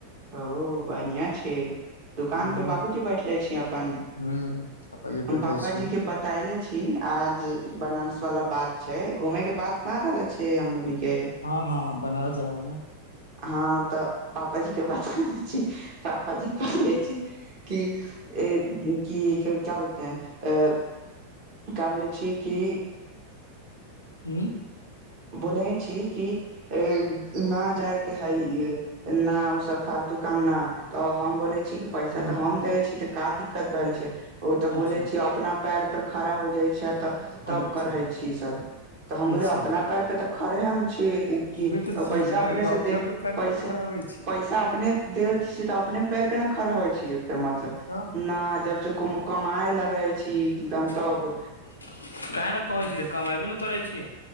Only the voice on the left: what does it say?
ह
ह पापा जी
बैठे
छी
हँ हँ हँ बनारस
जाय वाला
ह्म <unintelligible>
ह
अच्छा
अच्छा
अच्छा
उहे तऽ छी
यार
तऽ
अपने पैर
पे खड़ा होइ छी
तऽ
काहे न कहै छी तऽ कमैबे न करै छियौ